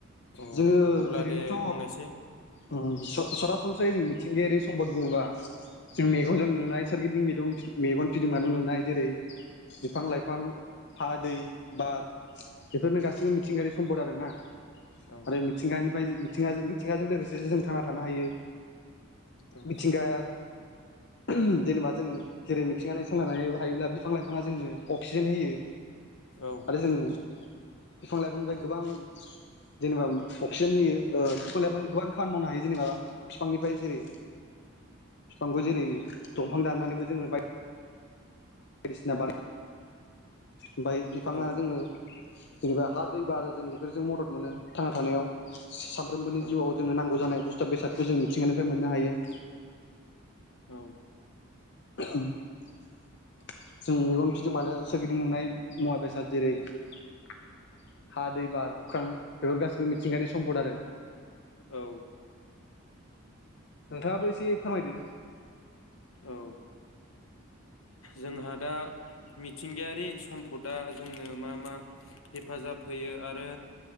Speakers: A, on the left; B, on the left.
A: अ
B: जोङो
A: अब्ला
B: ओरैनोथ'
A: दे बुंनायसै
B: उम स सरासनस्रायै जों मिथिंगायारि सम्पद बुङोब्ला जों मेगनजों नुनाय सोरगिदिं मिदुं मेगन फिदिंनो नुनाय जेरै बिफां-लाइफां हा, दै, बार बेफोरनो गासै मिथिंगायारि सम्पद आरो ना।
A: औ
B: आरो मिथिंगानिफ्राय ज मिथिंगाजो थिंगाजों लोगोसे जों थांना थानो हायो।
A: औ
B: मिथिंगा <unintelligible> जेनेबा जों जेरै मिथ थिंगानि सोलायनायोबा थायोब्ला बिफां-लाइफाङा जोंनो अक्सिजेन होयो।
A: औ
B: आरो जों बिफां लाइफांनिफ्राय गोबां जेनेबा अक्सिजेन होयो ओ बिफां लाइफांनि गोबां खामानि मावनो हायो जेनेबा बिफांनिफ्राय जेरै बिफांखौ जेरै दंफां दाननानैबो जोङो बाय बायदिसिना बानाय ओमफाय बिफाङा
A: औ
B: जोंनो जेनेबा हा दै बारो जों बेफोरजों मदद मोनो थांना थानायाव। सा सानफ्रोमबोनि
A: औ
B: जिउआव जोंनो नांगौ जानाय बुस्थु बेसादखौ जों मिथिंगानिफ्राय मोननो हायो ।
A: औ।
B: <unintelligible> जों मेगन फिदिंबानो सोरगिदिं नुनाय मुवा-बेसाद जेरै हा, दै, बार, अख्रां बेफोर गासिबो मिथिंगायानि सम्पद आरो
A: औ।
B: नोंथाङाबो एसे फोरमायदो।
A: औ जोंहा दा मिथिंगायारि सम्पदा जोंनो मा मा हेफाजाब होयो आरो